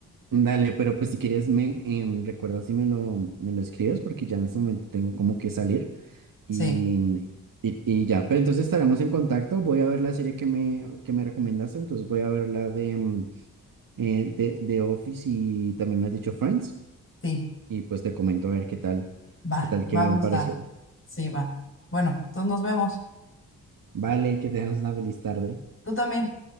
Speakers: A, on the right; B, on the left.
A: Dale, pero pues si quieres me em, recuerda si me lo, me lo escribes porque ya en este momento tengo como que salir y,
B: Sí,
A: y, y ya, pero entonces estaremos en contacto. Voy a ver la serie que me, que me recomendaste, entonces voy a ver la de... em, eh, de, de Office y también me has dicho Friends.
B: sí,
A: Y pues te comento a ver qué tal,
B: va,
A: qué tal,
B: te
A: qué
B: va
A: me
B: a gustar.
A: pareció.
B: Sí, va. Bueno, entonces nos vemos.
A: Vale, que tengas una feliz tarde.
B: Tú también.